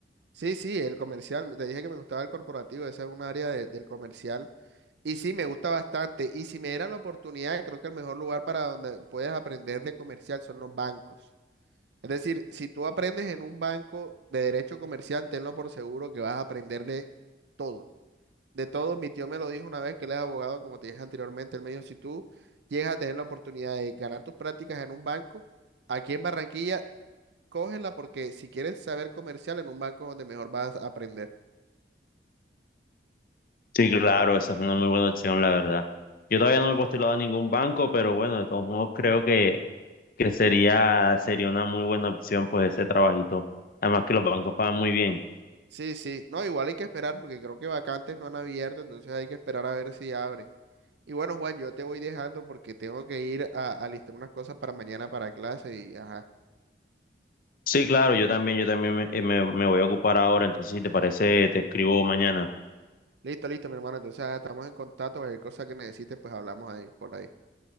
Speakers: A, on the right; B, on the left.
A: Sí, sí, el comercial, te dije que me gustaba el corporativo, esa es un área de- del comercial. Y sí, me gusta bastante. Y si me dieran la oportunidad, creo que el mejor lugar para donde puedes aprender de comercial son los bancos. Es decir, si tú aprendes en un banco de derecho comercial, tenlo por seguro que vas a aprender de todo. De todo, mi tío me lo dijo una vez que él es abogado, como te dije anteriormente, él me dijo, si tú llegas a tener la oportunidad de ganar tus prácticas en un banco, aquí en Barranquilla, cógela porque si quieres saber comercial en un banco es donde mejor vas a aprender.
B: Sí, claro, esa es una muy buena opción, la verdad. Yo todavía no me he postulado a ningún banco, pero bueno, de todos modos creo que, que sería, sería una muy buena opción pues ese trabajito. Además que los bancos pagan muy bien.
A: Sí, sí, no, igual hay que esperar porque creo que vacantes no han abierto, entonces hay que esperar a ver si abren. Y bueno, Juan, yo te voy dejando porque tengo que ir a, a listar unas cosas para mañana para clase y ajá.
B: Sí, claro, yo también, yo también me, eh, me me voy a ocupar ahora, entonces si te parece, te escribo mañana.
A: Listo, listo, mi hermano, entonces ah, estamos en contacto, cualquier cosa que necesites, pues hablamos ahí, por ahí.